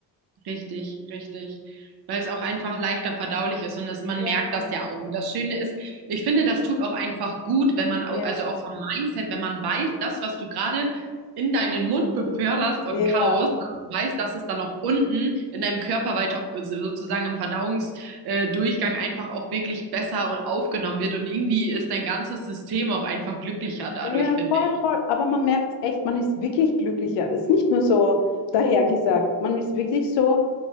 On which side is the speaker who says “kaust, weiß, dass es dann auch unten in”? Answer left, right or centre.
Right